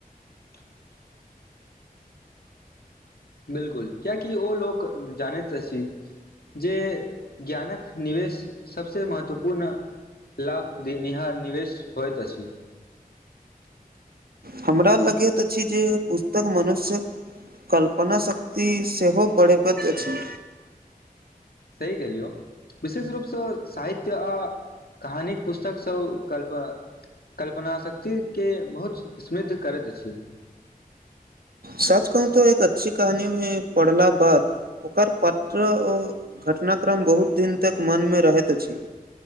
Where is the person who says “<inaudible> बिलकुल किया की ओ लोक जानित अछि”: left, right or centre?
Left